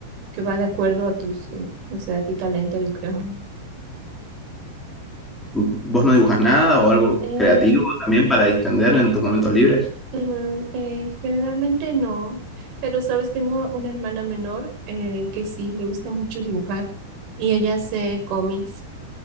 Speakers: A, on the right; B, in the centre.
A: que va de acuerdo a tus, uh, o sea, a tu talento, yo creo.
B: ¿Vos no dibujas nada o algo
A: Eh,
B: creativo también para distender en tus momentos libres?
A: mm, eh, generalmente no, pero sabes, tengo una hermana menor eh, que sí, le gusta mucho dibujar y ella hace cómics